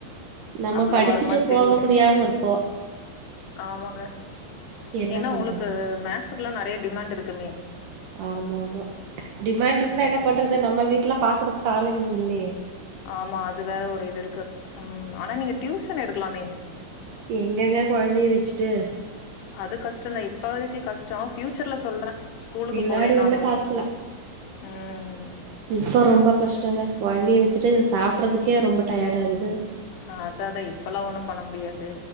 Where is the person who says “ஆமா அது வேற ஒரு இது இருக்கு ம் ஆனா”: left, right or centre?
Left